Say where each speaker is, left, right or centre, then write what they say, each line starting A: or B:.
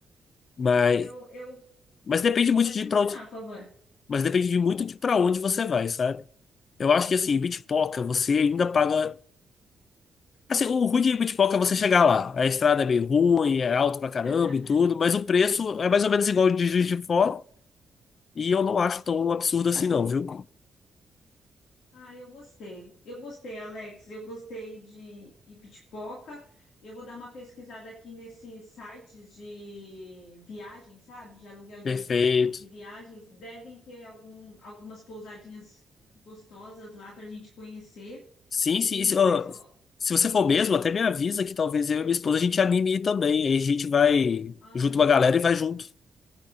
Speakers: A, on the left; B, on the left.
A: Mas,
B: É, eu, eu...
A: mas depende
B: Aham,
A: muito
B: pode
A: de
B: continuar,
A: para onde,
B: por favor.
A: mas depende de muito de para onde você vai, sabe? Eu acho que, assim, em Bitpoca, você ainda paga. Assim, o ruim de Bitpoca é você chegar lá. A estrada é meio ruim, é alto pra caramba
B: <laughs>
A: e tudo, mas o preço é mais ou menos igual ao de Juiz de Fora. E eu não acho tão absurdo assim, não, viu?
B: Ah, eu gostei. Eu gostei, Alex. Eu gostei de Ibitipoca. Eu vou dar uma pesquisada aqui nesses sites de viagem, sabe? De aluguel de,
A: Perfeito.
B: de viagens. Devem ter algum, algumas pousadinhas gostosas lá para a gente conhecer.
A: Sim, sim.
B: E,
A: Se,
B: mas,
A: ó,
B: ó,
A: se você for
B: uhum,
A: mesmo, até me avisa que talvez eu e minha esposa a gente anime ir também. Aí a gente vai,
B: ah,
A: junto uma galera e vai junto.